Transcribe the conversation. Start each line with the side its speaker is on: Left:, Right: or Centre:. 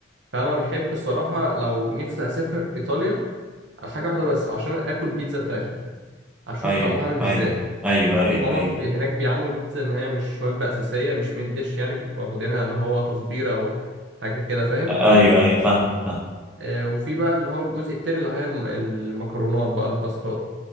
Right: فانا بحب الصراحه لو نفسي اسافر ايطاليا على حاجه واحده بس عشان اكل بيتزا بتاعتهم اشوف
Centre: ايوه
Right: طعمها عامل
Centre: ايوه
Right: ازاي
Centre: ايوه ايوه
Right: هما
Centre: ايوه
Right: في هناك بيعاملوا البيتزا ان هي مش وجبه اساسيه مش من ديش يعني بيبقوا واخدينها اللي هو تصبيره او حاجه كده فاهم
Centre: ايوه ايوه فاهم فاهم
Right: آه وفي بقى اللي هو الجزء التاني اللي هي الم- المكرونات بقى الباستات